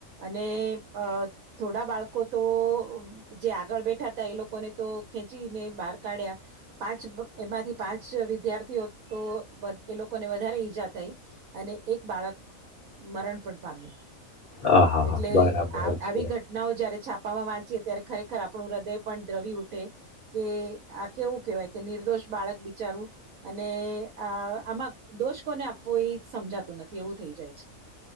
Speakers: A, on the right (about 80°); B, on the left (about 40°).
A: અને અ થોડા બાળકો તો જે આગળ બેઠા હતા એ લોકોને તો ખેંચીને બહાર કાઢ્યા પાંચ એમાંથી પાંચ વિદ્યાર્થીઓ તો એ લોકોને વધારે ઈજા થઈ અને એક બાળક મરણ પણ પામ્યું
B: હા હા હા
A: એટલે
B: બરાબર
A: આવી
B: છે.
A: ઘટનાઓ જયારે છાપા વા ત્યારે ખરેખર આપણું હૃદય પણ દ્રવિ ઉઠે કે આ કેવું વાય કે નિર્દોષ બાળક બિચારું અને આ આમાં દોષ કોને આપ કોઈ સમજાતું નથી એવું થઈ જાય છે